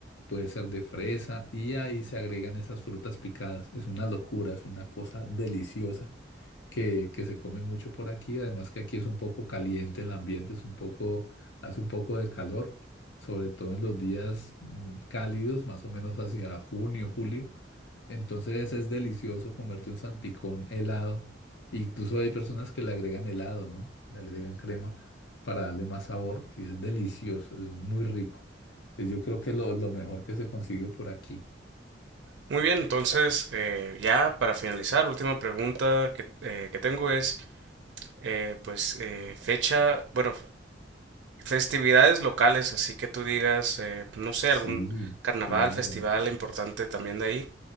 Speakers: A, on the left (about 85°); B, on the right (about 75°).
A: puede ser de fresa y ahí se agregan esas frutas picadas. Es una locura, es una cosa deliciosa que, que se come mucho por aquí. Además que aquí es un poco caliente el ambiente, es un poco, hace un poco de calor, sobre todo en los días mm, cálidos, más o menos hacia junio, julio entonces es delicioso comerte un salpicón helado. Incluso hay personas que le agregan helado, ¿no? Le agregan crema para darle más sabor y es delicioso, es muy rico. Es yo creo que lo, lo mejor que se consigue por aquí.
B: Muy bien, entonces eh, ya para finalizar, última pregunta que, eh, que tengo es, eh, pues eh, fecha, bueno, festividades locales, así que tú digas, eh, no sé,
A: Sí,
B: algún carnaval,
A: claro.
B: festival importante también de ahí.